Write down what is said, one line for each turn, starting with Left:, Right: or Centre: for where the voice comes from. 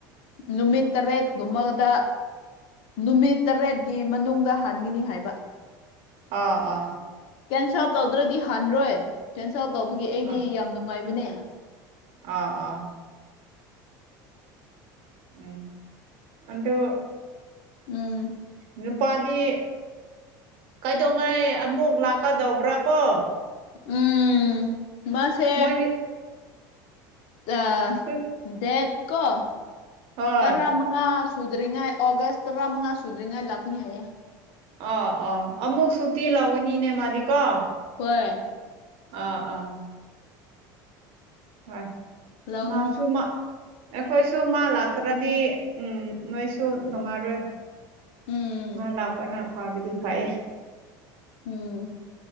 Left: ꯅꯨꯃꯤꯠ ꯇꯔꯦ ꯃꯒꯗ ꯅꯨꯃꯤꯠ ꯇꯔꯦꯠꯀꯤ ꯃꯅꯨꯡꯗ ꯍꯟꯒꯤꯅꯤ ꯍꯥꯏꯕ
Right: ꯑꯥ ꯑ
Left: ꯀꯦꯟꯁꯦꯜ ꯑꯥꯎꯠ ꯇꯧꯗ꯭ꯔꯗꯤ ꯍꯥꯟꯔꯣꯏ ꯀꯦꯟꯁꯦꯜ ꯑꯥꯎ ꯇꯧꯕꯒꯤ ꯑꯩꯗꯤ
Right: ꯑꯥ
Left: ꯌꯥꯝ ꯅꯨꯡꯉꯥꯏꯕꯅꯦ
Right: ꯑꯥ ꯑꯥ ꯎꯝ ꯑꯗꯣ
Left: ꯎꯝ
Right: ꯅꯨꯄꯥꯗꯤ ꯀꯩꯗꯧꯉꯥꯏ ꯑꯃꯨꯛ ꯂꯥꯛꯀꯗꯧꯕ꯭ꯔꯥ ꯀꯣ
Left: ꯎꯝ ꯃꯁꯦ
Right: ꯃꯣꯏꯗꯤ
Left: ꯑ
Right: ꯁꯨꯠ
Left: ꯗꯦꯠ ꯀꯣ
Right: ꯍꯣꯏ
Left: ꯇꯔꯃ ꯃꯉ ꯁꯙꯔꯤꯉ ꯑꯣꯒꯁ ꯇꯔꯥ ꯃꯉꯥ ꯁꯙꯔꯤ ꯏꯂꯛꯅꯤ ꯍꯥꯏꯒ
Right: ꯑꯥ ꯑꯥ ꯑꯃꯨꯛ ꯁꯨꯇꯤ ꯂꯥꯎꯒꯅꯤꯅꯦ ꯃꯥꯗꯤ ꯀꯣ
Left: ꯍꯣꯏ
Right: ꯑꯥ ꯑꯥ ꯍꯣꯏ
Left: ꯂꯧꯒꯅꯤ
Right: ꯃꯥꯁꯨ ꯃꯥ ꯑꯩꯈꯣꯏꯁꯨ ꯃꯥ ꯂꯥꯛꯇ꯭ꯔꯗꯤ ꯅꯣꯏꯁꯨ ꯅꯨꯡꯉꯥꯏꯔꯣꯏ
Left: ꯎꯝ
Right: ꯂꯥꯛꯄꯅ ꯐꯕꯗꯤ ꯐꯌꯦ
Left: ꯎꯝ